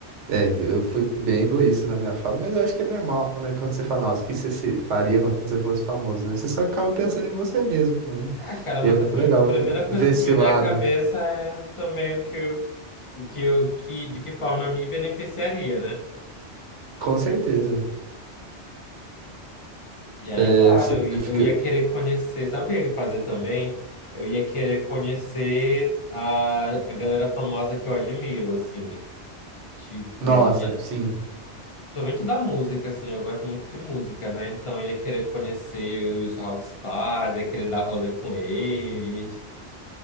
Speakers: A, on the right; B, on the left.
A: É, eu fui bem egoísta na minha fala, mas eu acho que é normal, né? Quando você fala, nossa, o que você se- faria quando você fosse famoso, né? Você só acaba pensando em você mesmo, né?
B: Ah, cara, mas
A: E é muito
B: a, pri-
A: legal
B: a primeira
A: ve-
B: coisa
A: ver esse
B: que me
A: lado.
B: vem à cabeça é também o que eu, o que eu, que, de que forma me beneficiaria, né?
A: Com certeza.
B: E aí,
A: É,
B: claro,
A: você
B: eu, i-
A: fica.
B: eu ia querer conhecer, sabe o que eu ia fazer também? Eu ia querer conhecer a, a galera famosa que eu admiro, assim. Tipo,
A: Nossa,
B: a minha,
A: sim.
B: Principalmente da música, assim, eu gosto muito de música, né? Então ia querer conhecer os rockstars, ia querer dar rolê com eles.